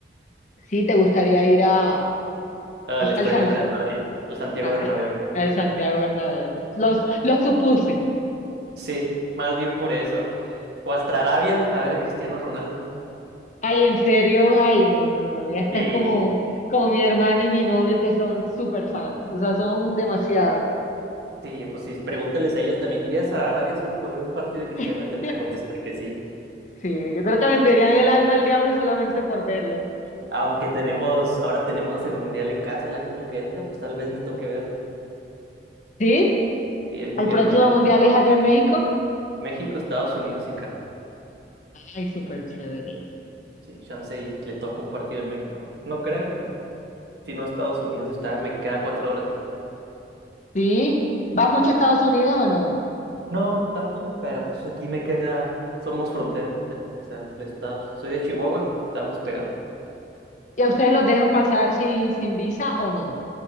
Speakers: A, on the left; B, on the right.
A: Sí, te gustaría ir a, a-
B: Al estadio
A: al San
B: del Real Madrid, el Santiago
A: Ah,
B: Bernabéu.
A: el Santiago Bernabéu. Los, lo supuse.
B: Sí, más bien por eso. O hasta Arabia, a ver a Cristiano Ronaldo.
A: Ay, en serio, ay, no, no, no. Ya estás
B: Sí.
A: como, como mi hermana y mi novio que son súper fans. O sea, son demasiado.
B: Sí, pues sí, pregúntales a ellos también, ¿irías a Arabia solo por ver un partido de Cristiano?
A: <laughs>
B: Y te van a contestar que sí.
A: Sí, yo creo que venderían el alma al diablo solamente por verlo.
B: Aunque tenemos, ahora tenemos el Mundial en casa el año que entra, pues tal vez me toque verlo.
A: ¿Sí?
B: Y el Mundial
A: ¿El próximo
B: pro-
A: mundial es allá en México?
B: México, Estados Unidos y Canadá.
A: Ay, súper chévere.
B: Sí, chance y le toca un partido en México. No creo, pero si no Estados Unidos está, me queda cuatro horas a mí.
A: ¿Sí? ¿Vas mucho a Estados Unidos o no?
B: No, no tanto, pero pues aquí me queda, somos frontera, ten- o sea, el estado, soy de Chihuahua, estamos pegados.
A: ¿Y a ustedes los dejan pasar sin, sin visa o no?